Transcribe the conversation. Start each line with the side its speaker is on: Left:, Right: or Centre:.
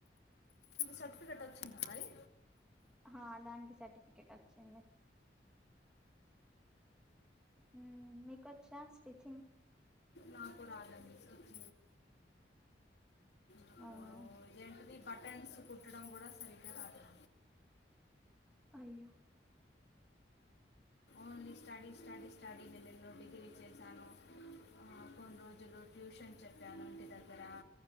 Left: సర్టిఫికెట్ వచ్చిందా మారి
Centre: ఆ దానికి సర్టిఫికెట్ వచ్చింది హ్మ్ మీకొచ్చా స్టిచింగ్
Left: నాకు రాదనిస్తుచ్చ నాకు
Centre: అవునా
Left: ఇదేంటిది బటన్స్ కుట్టడం కూడా సరిగ్గా రాదుద
Centre: అయ్యో
Left: ఓన్లీ స్టడీ స్టడీ స్టడీనే నేను డిగ్రీ చేసాను కొన్ని రోజులు ట్యూషన్ చెప్పాను ఇంటి దగ్గర